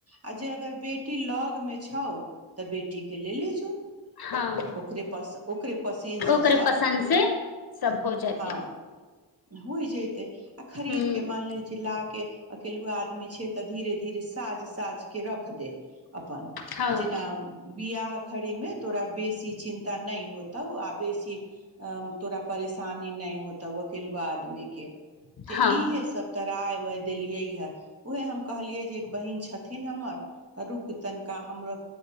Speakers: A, on the right (about 30°); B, on the left (about 55°).
A: आ जे अगर बेटी लग में छै छौ तऽ बेटीके ले ले जो
B: हँ
A: ओकर ओकरे पसिनसँ
B: ओकरे
A: सब
B: पसन्द से सब हो जेतै
A: हँ हो जेतै आ खरीदके
B: हूँ
A: मान लेल ल अकेलूआ मे छै तऽ धीरे धीरे साज साज के रख दे अपन
B: हँ
A: जेना बिियाह घड़ी में तोरा बेसी चिन्ता नहि होतौ आ बेसी तोरा परेशान पानी नहि होता अकेेलुा आदमी के तऽ
B: हँ
A: इहे सब तरह आ उहे देलिय या हम कहलियै जे बहिन छथिन हमर रुक तनिका हमरो